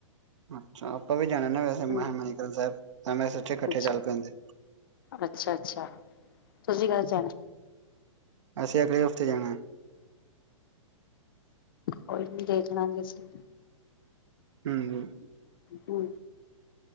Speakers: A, on the right; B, on the left.
A: ਅੱਛਾ ਆਪਾਂ ਵੀ ਜਾਣਾ ਨਾ ਵੈਸੇ
B: ਹਮ
A: ਮਨੀਕਰਨ ਸਾਹਿਬ ਤਾਂ ਮੈਂ ਸੋਚਿਆ ਇਕੱਠੇ
B: ਅੱਛਾ
A: ਚੱਲ ਪੈਂਦੇ।
B: ਅੱਛਾ ਅੱਛਾ, ਤੁਸੀਂ ਕਦ ਜਾਣਾ?
A: ਅੱਛਾ ਅਗਲੇ ਹਫ਼ਤੇ ਜਾਣਾ ਏ।
B: ਕੋਈ ਨੀ, ਦੇਖ ਲਾਂਗੇ ਅਸੀ।
A: ਹੂੰ।
B: ਹੂੰ